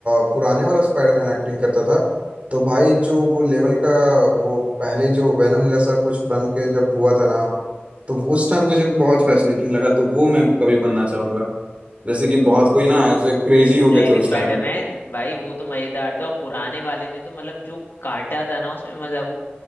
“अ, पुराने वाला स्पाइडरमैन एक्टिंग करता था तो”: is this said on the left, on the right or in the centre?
Right